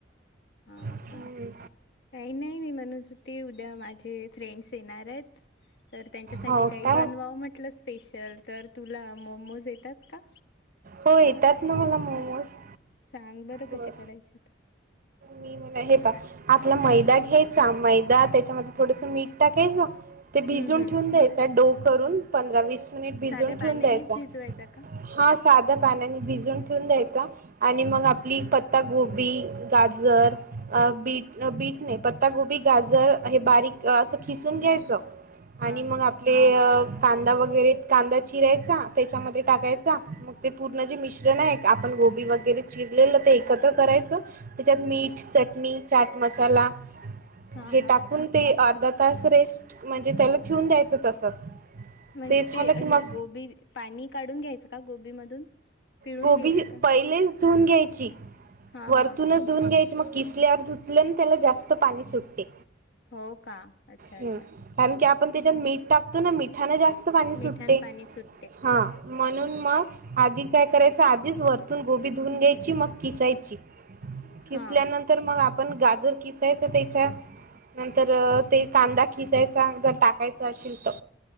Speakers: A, on the left (about 60°); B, on the right (about 45°).
A: हा
B: हम्म
A: हा काही नाही मी म्हणूस ते उद्या माझे फ्रेंड्स येणार आहेत. तर त्यांच्यासाठी
B: हो
A: काही
B: का
A: बनवावं म्हटलं स्पेशल तर तुला मोमोज येतात का?
B: होय त्यात नवला मोमोज
A: सांग बरं
B: बर
A: कसे करायचे तर
B: मी म्हला हे प आपला मैदा घ्यायचा मैदा त्याच्यामध्ये थोडस मीठ टाकायचं. ते भिजून
A: हम्म हम्म
B: ठेवून द्यायच डो करून पंधरा वीस भिून
A: साध्या पाण्यानेच
B: ठे द्यायचा
A: भिजवायचा का?
B: ह. साध्या पानाने भिजून ठेवून द्यायचा आणि मग आपली पता गोी गा. जर अ बीट बीट नाही पत्ता गोबी गाजर हे बारीक असं खिसून घ्यायचं
A: हा
B: आणि मग
A: हा
B: आपले अ कांदा वगैरे कांदा चिरायचा त्याच्यामध्ये टाकायचा मग ते पूर्ण जे मिश्रण आहे आपण गोभी वगैरे चिरलेलं ते एकत्र करायचं त्याच्यात मीठ चटणी चाट मसाला
A: हा
B: हे
A: हा
B: टाकून ते अर्धा तास रेस्ट म्हणजे त्याला ठेवून द्यायचं तसच
A: म्हणजे
B: झालं
A: ते
B: की
A: असे
B: मग
A: गोबी पाणी काढून घ्यायचं का गोबीमधून पिळून
B: गोबी
A: घ्यायचे का?
B: पहिलेच धुऊन घ्यायची
A: हा
B: वरतूनच
A: हा हा
B: धुवून घ्यायचे मग किसल्यावर धुतले त्याला जास्त पाणी सुटते
A: हो का अच्छा
B: ह
A: अच्छा
B: कारण की आपण त्याच्यात मीठ टाकतो ना मिठाने जास्त पाणी सुटते
A: मिठण पाणी सुट
B: हा म्हणून मग आधी काय करायचं आधीच वरतून गोबी धुून घ्यायची मग किसाय खल्यानंतर
A: हा
B: मग पण गाजर किसायचं त्याच्या नंतर ते कांदा खिचायचा जर टाकायचा असशेल तर